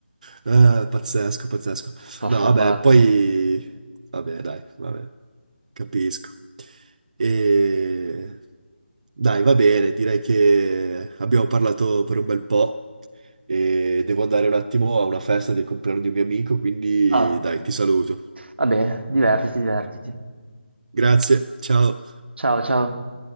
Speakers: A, on the right; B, on the right.
A: Eh, pazzesco, pazzesco.
B: puff
A: No, vabbè,
B: bacco.
A: poi... Vabbè, dai, vabbè. Capisco. E... Dai, va bene, direi che abbiamo parlato per un bel po' e devo andare un attimo a una festa del compleanno di un mio amico, quindi
B: Ah,
A: dai, ti saluto.
B: vabbè, divertiti, divertiti.
A: Grazie, ciao.
B: Ciao, ciao.